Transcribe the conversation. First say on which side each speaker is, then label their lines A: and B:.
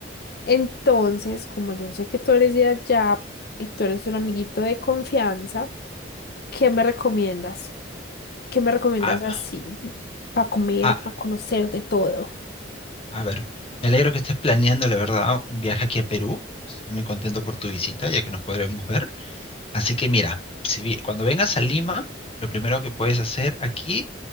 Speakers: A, on the left (about 55°); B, on the left (about 30°).
A: Entonces, como yo sé que tú eres de allá y tú eres un amiguito de confianza, ¿qué me recomiendas? ¿Qué me recomiendas
B: Ah,
A: así para comer,
B: ah,
A: para conocer de todo?
B: a ver, me alegro que estés planeando, la verdad, un viaje aquí a Perú. Estoy muy contento por tu visita, ya que nos podremos ver. Así que mira, si, vi- cuando vengas a Lima, lo primero que puedes hacer aquí